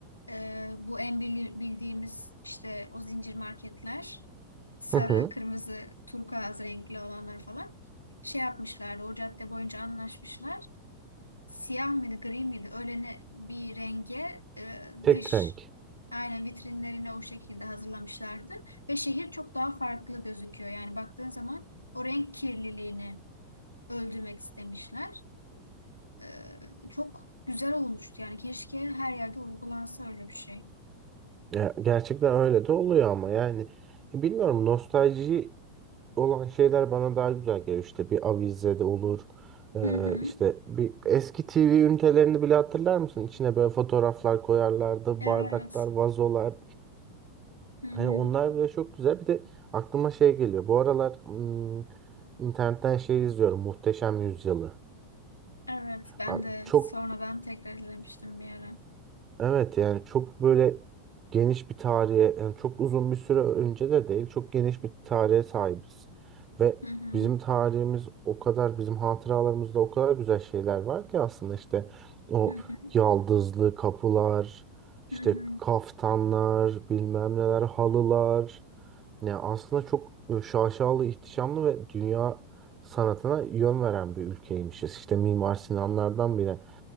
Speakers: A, on the left; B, on the right.
A: e, bu en bili- bildiğimiz işte o zincir marketler sarı,
B: <laughs>
A: kırmızı, turkuaz renkli olanlar falan şey yapmışlardı. O cadde boyunca anlaşmışlar siyah mıydı, gri miydi? Öyle ne, bir renge e,
B: Tek
A: dış
B: renk.
A: aynen vitrinlerine o şekilde hazırlamışlardı. Ve şehir çok daha farklı gözüküyor. Yani baktığın zaman o renk kirliliğini öldürmek istemişler. E, çok güzel olmuştu. Yani keşke her yerde uygulansa öyle bir şey.
B: Ya, gerçekten öyle de oluyor ama yani e, bilmiyorum nostalji olan şeyler bana daha güzel geliyor. İşte bir avize de olur. Ee,
A: Hı hı.
B: işte bir eski TV ünitelerini bile hatırlar mısın? İçine böyle fotoğraflar koyarlardı,
A: Evet.
B: bardaklar, vazolar.
A: Hı hı.
B: Hani onlar bile çok güzel. Bir de aklıma şey geliyor. Bu aralar hmm, internetten şey izliyorum. Muhteşem Yüzyılı.
A: Evet. Ben
B: A-
A: de
B: Çok
A: sonradan tekrar izlemiştim bir ara.
B: Evet yani çok böyle geniş bir tarihe yani çok uzun bir süre önce de değil çok geniş bir tarihe sahibiz. Ve
A: Hı hı.
B: bizim tarihimiz o kadar bizim hatıralarımızda o kadar güzel şeyler var ki aslında işte o
A: Hı hı.
B: yaldızlı kapılar işte
A: Hı hı.
B: kaftanlar bilmem neler halılar yani aslında çok e, şaşalı ihtişamlı ve dünya sanatına yön veren bir ülkeymişiz. İşte Mimar Sinanlardan bile